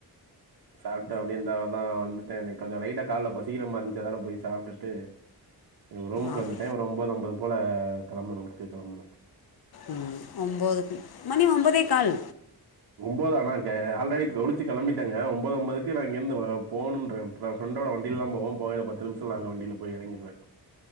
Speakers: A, on the right (about 75°); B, on the left (about 70°).
A: சாப்ட்டு அப்டியே இந்தாவதா வந்துட்டே இன்னைக்கு கொஞ்சோ லைட்டா கால்ல பசிக்குற மாறி இருந்துச்சு அதனால போய் சாப்ட்டுட்டு எங்க ரூமுக்கு
B: ஆஃப்
A: வந்துட்டே ஒரு ஒம்போது அம்பது போல கெளம்பணு ஒர்க்குக்கு கெளம்பணு
B: உம் ஒம்போதுக்கு மணி ஒம்பதே கால்
A: ஒம்போது ஆனா க ஆல்ரெடி குளிச்சி கெளம்பிட்டங்க ஒம்போது அம்பதுக்கு நா இங்க இருந்து போனுன்றே நா ஃப்ரண்டோட வண்டிலதா போவே போகைல பத்து நிமிஷத்தில நா அங்க வண்டில போய் இறங்கிடுவ